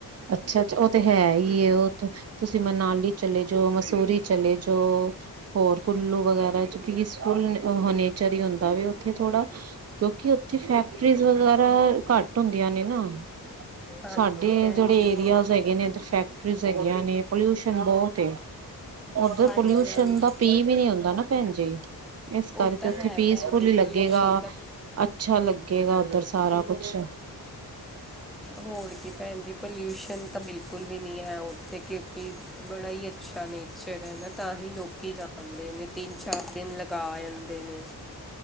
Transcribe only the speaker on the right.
ਅੱਛਾ ਉਹ ਤੇ ਹੈ ਹੀ ਉਹ ਤੇ ਤੁਸੀਂ ਮਨਾਲੀ ਚਲੇ ਜਓ, ਮਸੂਰੀ ਚਲੇ ਜਓ, ਹੋਰ ਕੁੱਲੂ ਵਗੈਰਾ 'ਚ ਪੀਸਫੁਲ ਨ ਨੇਚਰ ਹੀ ਹੁੰਦਾ ਵ ਉੱਥੇ ਥੋੜ੍ਹਾ ਕਿਉਂਕਿ ਉੱਥੇ ਫੈਕਟਰੀਜ਼ ਵਗੈਰਾ, ਘੱਟ ਹੁੰਦੀਆਂ ਨੇ ਨਾ
ਸਾਡੇ
ਜਿਹੜੇ
ਏਰੀਆਜ਼ ਹੈਗੇ ਨੇ ਇੱਧਰ ਫੈਕਟਰੀਜ਼ ਹੈਗੀਆਂ ਨੇ ਪੋਲਿਊਸ਼ਨ ਬਹੁਤ ਏ ਉੱਧਰ
ਪੋਲਿਊਸ਼ਨ
ਦਾ ਪੀ ਵੀ ਨੀ ਹੁੰਦਾ ਨਾ ਭੈਣ ਜੀ। ਇਸ
ਕਰਕੇ
ਉੱਥੇ
ਪੀਸਫੁਲੀ
ਲੱਗੇਗਾ।
ਅਛ ਅੱਛਾ ਲੱਗੇਗਾ ਉੱਧਰ ਸਾਰਾ ਕੁੱਛ